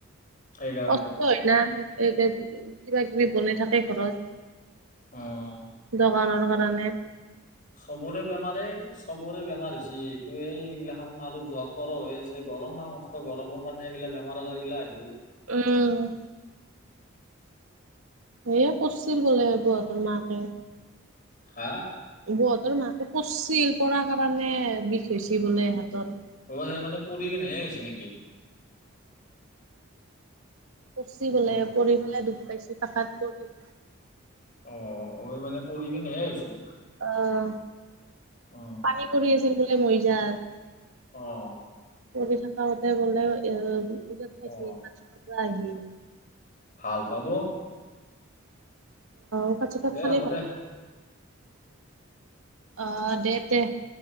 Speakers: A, on the left; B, on the right.
A: সেইকাৰণে
B: কষ্ট হয় না এই যে, কিবা কিবি বনাই থাকে ঘৰত।
A: অ'
B: দোকানৰ কাৰণে
A: চবৰে বেমাৰে চবৰে বেমাৰ হৈছে। এইটো এই এইগিলাখান আৰু জ্বৰ তৰ হৈ আছে গৰম ন গৰমৰ কাৰণে এইগিলা বেমাৰ আজাৰ গিলা আহিচে
B: উম এয় কছিল গলে বুৰাতৰ মাকে
A: হা
B: বহঁতৰ মাকে পৰিছিল পঢ়াৰ কাৰণে বিষ হৈ হৈছে বোলে হাতত
A: অ', সেই মানে পৰি কিনে হৈছে নেকি?
B: পচি
A: অ,
B: বোলে পৰি পেলাই দুখ পাইছে পাকাত পৰি।
A: অ', ঐ মানে পৰি কিনেহে হৈছে।
B: অ',
A: অ,
B: পানী পৰি আছিল বোলে মৰিজাত।
A: অ'
B: কৰি থাকতে গলে এ ওজত খাইছে
A: অ,
B: ত আহি <unintelligible>
A: ভাল পাব্
B: অফাত চফাত
A: দে
B: খালে
A: হ'ব
B: পা
A: দে
B: <unintelligible> <unintelligible> অ' দে তে।